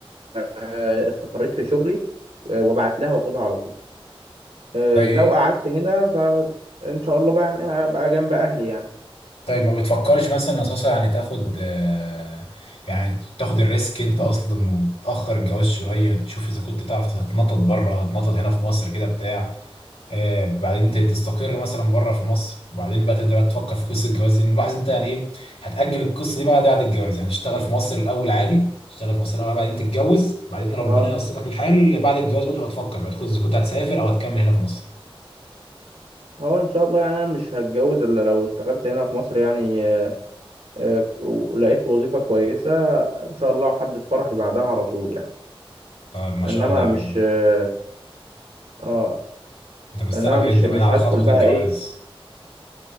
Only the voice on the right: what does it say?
آه، استقريت في شغلي آه، وابعت لها واخدها على طول آه،
لو قعدت هنا فان شاء الله بقى يعني هبقى جنب اهلي يعني
اه
هو ان شاء الله يعني انا مش هتجوز الا لو اشتغلت هنا في مصر يعني آه، آه، ولقيت وظيفه كويسه ان شاء الله هحدد فرحي بعدها على طول يعني
انما
مش
اه آه،
انما مش
مش
هدخل
بقى
ايه